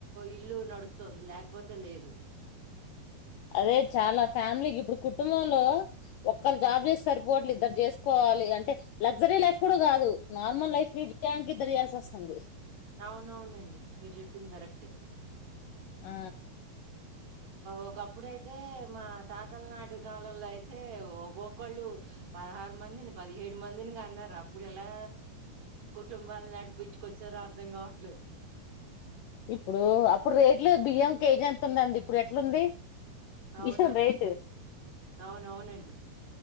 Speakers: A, on the right (about 45°); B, on the left (about 75°).
A: ఇల్లు నడుస్తుంది లేకపోతే లేదు
B: అదే చాలా ఫ్యామిలీకి ఇప్పుడు కుటుంబంలో ఒక్కరు జాబ్ చేస్తే సరిపోట్లే ఇద్దరు చేసుకోవాలి అంటే లగ్జరీ లైఫ్ కూడా కాదు నార్మల్ లైఫ్ లీడ్ చేయడానికి ఇద్దరు చేసేస్తుంది
A: అవునవునండి మీరు చెప్పింది కరెక్టే
B: ఆ
A: ఒకప్పుడైతే మా తాతల నాటి కాలంలో అయితే ఒక్కొక్కళ్ళు పదహారు మందిని పదిహేడు మందిని కన్నారు అప్పు అప్పుడు ఎలా కుటుంబాన్ని నడిపించుకొచ్చారు అర్థం కావట్లేదు
B: ఇప్పుడు అప్పుడు రేట్లు బియ్యం కేజీ ఎంత ఉంది ఇప్పుడు ఎట్లుంది
A: అవును
B: బియ్యం రేటు
A: అవునవునండి